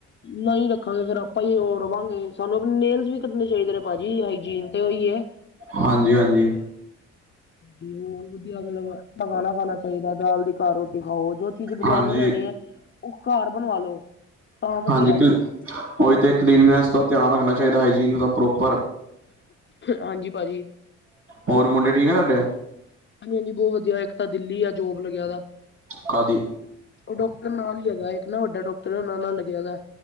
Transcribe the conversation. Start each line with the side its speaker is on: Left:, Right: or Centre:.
Left: ਨਈ ਰੱਖਾਂਗੇ ਫੇਰ ਆਪਾਂ ਹੀ ਓ ਰਵਾਂਗੇ ਸਾਨੂੰ ਆਪਣੇ ਨੇਲਸ ਵੀ ਕੱਟਨੇ ਚਾਈਦੇ ਨੇ ਪਾਜੀ ਹਾਈਜੀਨ ਤੇ ਓਈ ਏ।
Right: ਹਾਂਜੀ-ਹਾਂਜੀ।
Left: ਹੋਰ ਵਧੀਆ ਮਤਲਬ ਅੱਛਾ ਖਾਣਾ ਖਾਣਾ ਚਾਈਦਾ ਦਾਲ ਦੀ ਘਰ ਰੋਟੀ ਖਾਓ ਜੋ ਚੀਜ਼ ਬਜ਼ਾਰੋਂ
Right: ਹਾਂਜੀ
Left: ਲੈਣੀ ਏ, ਓ ਕਾਰ ਬਣਵਾ ਲੋ। ਤਾਂ ਵਧੀਆ
Right: ਹਾਂਜੀ ਕਲੀ ਓਈ ਤੇ ਕਲੀਨਨੈਸ ਦਾ ਧਿਆਨ ਰੱਖਣਾ ਚਾਈਦਾ ਹਾਈਜੀਨ ਦਾ ਪ੍ਰੋਪਰ
Left: ਹਾਂਜੀ ਭਾਜੀ।
Right: ਹੋਰ ਮੁੰਡੇ ਠੀਕ ਆ ਤੁਹਾਡੇ
Left: ਹਾਂਜੀ-ਹਾਂਜੀ ਬੋਤ ਵਧੀਆ ਇੱਕ ਤਾਂ ਦਿੱਲੀ ਆ ਜੋਬ ਲੱਗਿਆਂ ਦਾ।
Right: ਕਾਦੀ
Left: ਓ ਡਾਕਟਰ ਨਾਲ ਹੀ ਹੈਗਾ ਇੱਕ ਨਾ ਵੱਡਾ ਡਾਕਟਰ ਹੈ ਉਨਾ ਨਾਲ ਲੱਗਿਆਂ ਦਾ।